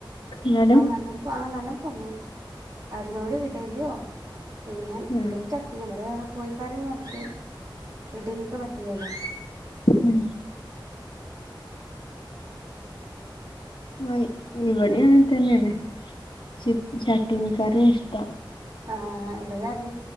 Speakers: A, on the left (about 75°); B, on the right (about 50°).
A: എന്നാലും
B: ആ നല്ല ആ നല്ല പൊങ്ങും അതിനോട് ഇടലിയോ പിന്ന
A: ഉം
B: ഇടല് ചട്ടീ ഇവിടെ കോഴിക്കാരൊന്നും അടുത്ത് ഇഡലിക്ക് പറ്റില്ലല്ലോ
A: ഉം ആ ഇവിടേം അങ്ങനെതന്നെയാണ് ച ചട്ടിനിക്കറിയ ഇഷ്ടം
B: ആ ഇവിടേം അതെ